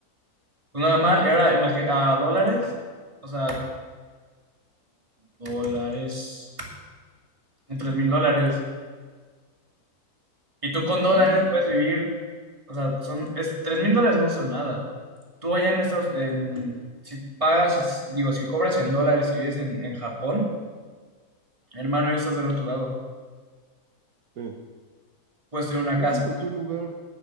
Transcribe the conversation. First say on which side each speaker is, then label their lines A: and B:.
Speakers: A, on the right; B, on the right.
A: Pues nada mal. Y ahora, imagi- a dólares. O sea, a dólares. Son 3 mil dólares. Y tú con dólares
B: Mm,
A: puedes vivir. O sea, son, es, tres mil dólares no son nada. Tú allá en Estados en, si pagas, es- digo, si cobras en dólares y vives en, en Japón, hermano, ahí estás del otro lado.
B: sí.
A: Puedes tener una
B: Creo
A: casa.
B: que en cualquier lugar,